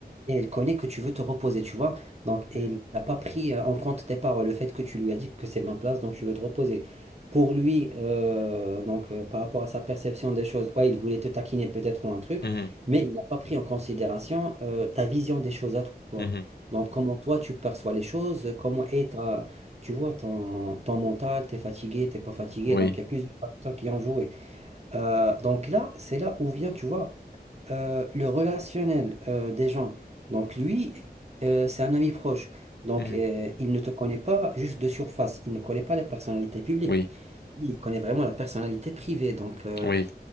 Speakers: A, on the right (about 40°); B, on the left (about 75°).
A: Et elle connaît que tu veux te reposer, tu vois. Donc,
B: mhm,
A: et il n'a pas pris euh, en compte tes paroles, le fait que tu lui as dit que c'est ma place, donc tu veux te reposer. Pour lui, euh, donc euh, par rapport à sa perception des choses, ouais, il voulait te taquiner peut-être ou un truc,
B: mhm,
A: mais il n'a pas pris en considération euh, ta vision des choses à toi.
B: mhm.
A: Donc, comment toi tu perçois les choses, comment est ta, tu vois, ton, ton mental, t'es fatigué, t'es pas fatigué.
B: Oui,
A: Donc, il y a plusieurs facteurs qui ont joué. Euh, donc là, c'est là où vient, tu vois, euh, le relationnel euh, des gens. Donc lui, euh, c'est un ami proche. Donc
B: mhm,
A: euh, il ne te connaît pas juste de surface. Il ne connaît pas la personnalité publique.
B: oui,
A: Il connaît vraiment la personnalité privée. Donc euh,
B: oui.